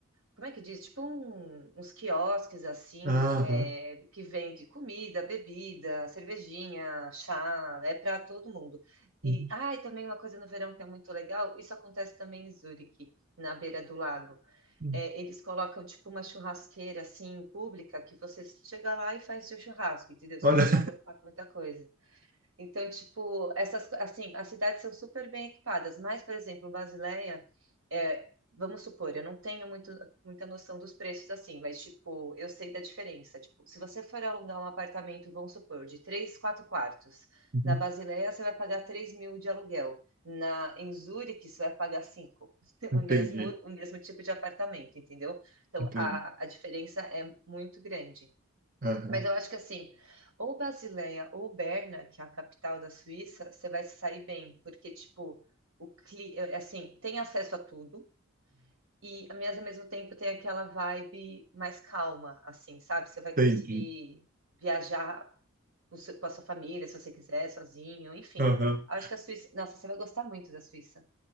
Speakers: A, on the right; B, on the right.
A: como é que diz? Tipo um- uns quiosques assim,
B: Aham.
A: é, que vende comida, bebida, cervejinha, chá, é para todo mundo. E,
B: Uhum.
A: ah, e também uma coisa no verão que é muito legal, isso acontece também em Zurique, na beira do lago
B: Uhum.
A: é, eles colocam tipo uma churrasqueira assim pública que você chega lá e faz seu churrasco, entendeu? Você
B: Olha.
A: não precisa se preocupar com muita coisa. Então, tipo, essas, assim, as cidades são super bem equipadas, mas, por exemplo, Basileia, é, vamos supor, eu não tenho muito, muita noção dos preços assim, mas, tipo, eu sei da diferença. Tipo, se você for alugar um apartamento, vamos supor, de três, quatro quartos,
B: <laughs>
A: na Basileia você vai pagar três mil de aluguel, na, em Zurique você vai pagar cinco <laughs> o
B: Entendi,
A: mesmo, o mesmo tipo de apartamento, entendeu? Então,
B: entendi.
A: a, a diferença é muito grande.
B: Aham,
A: Mas eu acho que assim, ou Basileia ou Berna, que é a capital da Suíça, você vai se sair bem, porque tipo, o cli... é, é assim, tem acesso a tudo e mas ao mesmo tempo tem aquela vibe mais calma, assim, sabe? Você vai conseguir
B: Entendi.
A: viajar com seu- com a sua família, se você quiser, sozinho, enfim.
B: Aham.
A: Acho que a Suíça, nossa, você vai gostar muito da Suíça,